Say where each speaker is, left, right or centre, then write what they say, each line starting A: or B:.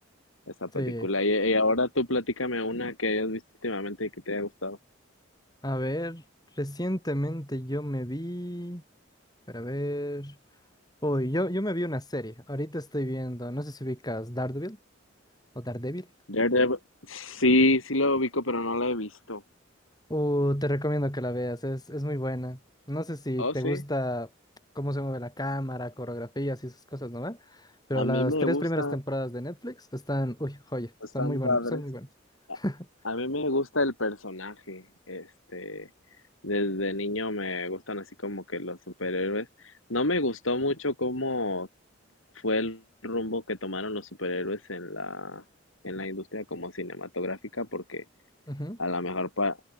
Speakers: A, on the left; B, on the left.
A: esa película.
B: Sí,
A: Y, y ahora tú platícame una que hayas visto últimamente y que te haya gustado.
B: a ver, recientemente yo me vi, para ver. Uy, yo, yo me vi una serie. Ahorita estoy viendo, no sé si ubicas Daredevil o Daredevil.
A: Daredevil, sí, sí lo ubico, pero no la he visto.
B: Uh, te recomiendo que la veas, es, es muy buena. No sé si
A: Oh,
B: te
A: sí,
B: gusta cómo se mueve la cámara, coreografías y esas cosas, ¿no? ve? Pero
A: a
B: las
A: mí me
B: tres
A: gusta,
B: primeras temporadas de Netflix están, uy, joya,
A: están
B: son muy buenas,
A: padres.
B: son muy buenas.
A: A
B: <laughs>
A: a mí me gusta el personaje, este, desde niño me gustan así como que los superhéroes. No me gustó mucho cómo fue el rumbo que tomaron los superhéroes en la, en la industria como cinematográfica, porque
B: Ujú.
A: a lo mejor pa-